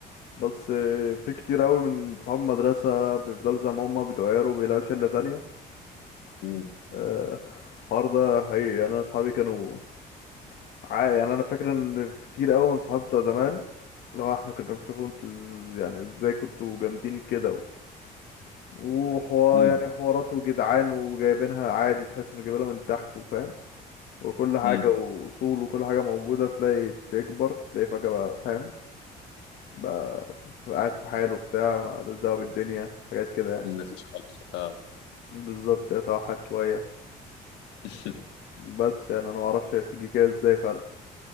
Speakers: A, on the left; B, on the left.
A: بس آه، في كتير قوي من صحاب المدرسة بيفضلوا زي ما هما بيتغيروا وبيلاقوا شلة تانية
B: امم
A: آه، الحوار ده حقيقي يعني انا اصحابي كانوا عا- يعني انا فاكر ان كتير قوي من صحابي بتوع زمان لو احنا كنا بنشوفوا انتوا إز- يعني ازاي كنتوا جامدين كده وحوار
B: امم
A: يعني حواراته جدعان وجايبينها عادي تحس انه جايبينها من تحت وفاهم وكل حاجة
B: امم
A: وأصول وكل حاجة موجودة تلاقي تكبر تلاقي فجأة بقى فاهم بقى ف- قاعد في حاله بتاع مالوش دعوة بالدنيا حاجات كده يعني
B: مفيش خالص اه
A: بالظبط اتوحد شوية
B: <laughs>
A: بس يعني أنا معرفش هي بتيجي كده ازاي فعلا